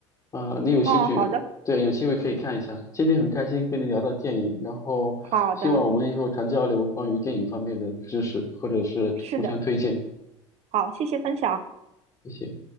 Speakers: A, on the left; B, on the right.
A: 啊，你有兴趣？
B: 哦，好的，
A: 对，有机会可以看一下。今天很开心跟你聊到电影，然后希望我们以后常交流关于电影方面的知识，
B: 好的，
A: 或者是互相推荐。
B: 是的。好，谢谢分享。
A: 谢谢。